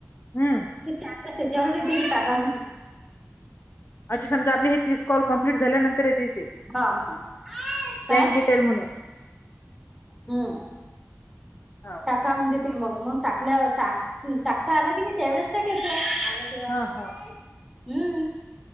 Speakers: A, on the left; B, in the centre.
A: हम्म
B: कि त्यात त्याच्यावरच येते की टाका म्हणुन.
A: अच्छा समजा आपली हे तीस कॉल कंप्लीट झाल्यानंतर येते ते
B: हा हा काय
A: बँक डि टेल म्हणून.
B: हम्म!
A: हाव.
B: अकाउंट देते मग टाकल्या टाकता आला की नाही त्यावेळेच टाकायचं. तेव्हा
A: हा
B: हम्म!
A: हा